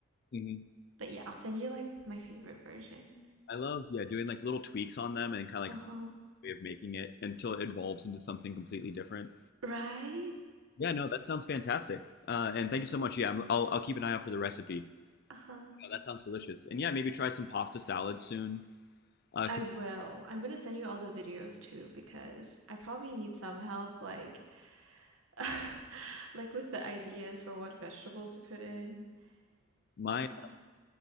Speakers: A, on the left; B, on the right.
A: hmm
B: But yeah, I'll send you like my favorite version.
A: I love, yeah, doing like little tweaks on them and kind of
B: Uh
A: like
B: huh.
A: way of making it until it evolves into something completely different.
B: Right?
A: Yeah, no, that sounds fantastic. Uh, and thank you so much. Yeah, I'm, I'll, I'll keep an eye out for the recipe.
B: Uh huh.
A: Oh, that sounds delicious. And yeah, maybe try some pasta salad soon. Uh, 'cause
B: I will. I'm gonna send you all the videos too because I probably need some help, like, <laughs> like with the ideas for what vegetables to put in.
A: my
B: Yeah.